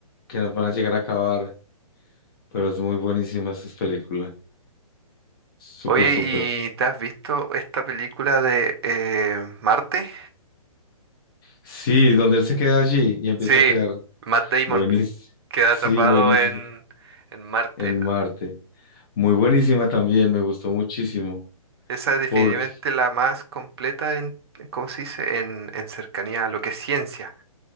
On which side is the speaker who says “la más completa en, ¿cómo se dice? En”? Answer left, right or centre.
Right